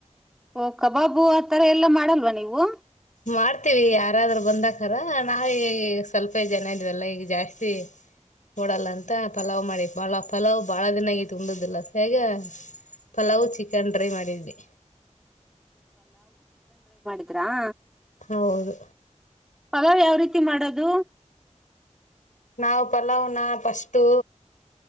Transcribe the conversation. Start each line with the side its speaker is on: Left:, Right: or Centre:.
Centre: ಓ ಕಬಾಬು ಆತರ ಎಲ್ಲಾ ಮಾಡಲ್ವ ನೀವು
Left: ಮಾಡ್ತೀವಿ ಯಾರಾದ್ರರು ಬಂದಕಾರರ ನಾವ ಈಗ ಈ ಸ್ವಲ್ಪೇ ಜನ ಇದ್ವಿಲ್ಲ ಈಗ ಜಾಸ್ತಿ ಮೂಡಲ್ಲಂತ ಪಲಾವ್ ಮಾಡಿದ್ ಬಾಳ ಪಲಾವ್ ಬಾಳ ದಿನ ತುಂಡುದಿಲ್ಲ ಹೇಗ ಪಲಾವ್ ಚಿಕನ್ ಡ್ರೈ ಮಾಡಿದ್ವಿ
Centre: ಇದ್ರಾ
Left: ಹೌದು
Centre: ಪಲಾವ್ ಯಾವ ರೀತಿ ಮಾಡೋದು
Left: ನಾವವು್ ಪಲಾವ್ನ ಫಸ್ಟು